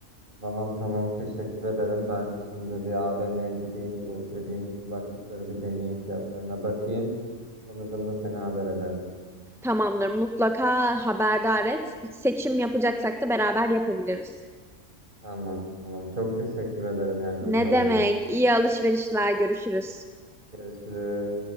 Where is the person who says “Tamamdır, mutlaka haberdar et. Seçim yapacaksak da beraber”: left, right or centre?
Centre